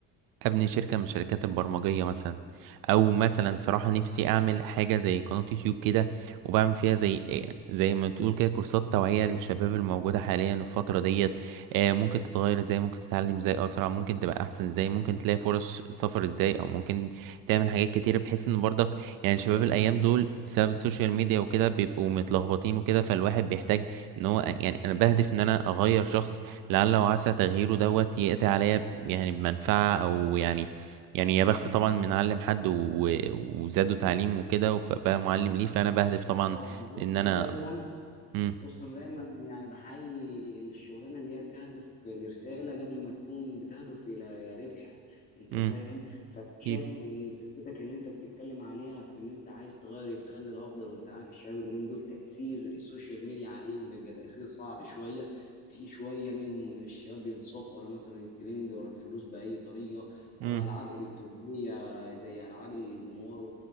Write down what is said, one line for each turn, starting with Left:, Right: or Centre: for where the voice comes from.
Right: ابني شركة من شركات البرمجية مثلا او مثلا صراحة نفسي اعمل حاجة زي قناة يوتيوب كده وبعمل فيها زي زي ما تقول كده كورسات توعية للشباب الموجودة حاليا الفترة ديت آه، ممكن تتغير ازاي ممكن تتعلم ازاي اسرع ممكن تبقى احسن ازاي ممكن تلاقي فرص سفر ازاي او ممكن تعمل حاجات كتير بحيث ان برضك يعني شباب الايام دول بسبب السوشيال ميديا وكده بيبقوا متلخبطين وكده فالواحد بيحتاج ان هو يعني انا بهدف ان انا اغير شخص لعل وعسى تغييره دوت يقضي عليا يعني بمنفعة أو يعني يعني يا بخت طبعا من علم حد و... وزاده تعليم وكده فبقى معلم ليه فأنا بهدف طبعا
Left: طبعا بص
Right: لأن
Left: دايما
Right: أنا مم.
Left: بص انا دايما يعني بحيي الشغلانه اللي هي بتهدف لرساله قبل ما تكون بتهدف الى ربح انت
Right: مم.
Left: فاهم فشايف
Right: أكيد
Left: من فكرتك اللي انت بتتكلم عليها في ان انت عايز تغير الانسان للافضل وانت عارف الشباب اليومين دول تاثير السوشيال ميديا عليهم بيبقى تاثير صعب شويه في شويه منهم من الشباب بينساق ورا مثلا الترند ورا الفلوس باي طريقه ورا
Right: مم.
Left: العاب الكترونيه زي العاب الجمار